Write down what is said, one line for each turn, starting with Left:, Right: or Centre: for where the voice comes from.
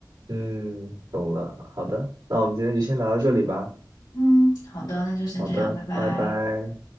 Right: 嗯，懂了。好的，那我们今天就先聊到这里吧。
Left: 嗯，好的，那就先这样，
Right: 好的，
Left: 拜拜。
Right: 拜拜。